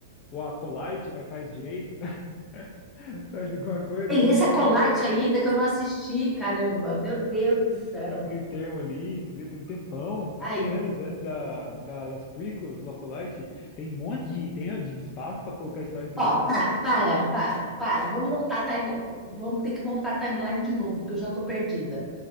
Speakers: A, on the left; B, in the centre.
A: o Acolyte, mas faz direito, <laughs> faz alguma coisa
B: Tem
A: ali
B: esse
A: naquele
B: Acolyte
A: meio termo.
B: ainda que eu não assisti, caramba. Meu Deus do céu.
A: Tem um meio termo ali, entendeu? Tem um tempão, é
B: Aí,
A: 100 anos antes da, da- das prequels, o Acolyte. Tem um monte de, tem, de espaço para colocar história interessante.
B: ó, pa- para, para, para. Vamos montar a time, vamos ter que montar a timeline de novo, porque eu já tô perdida.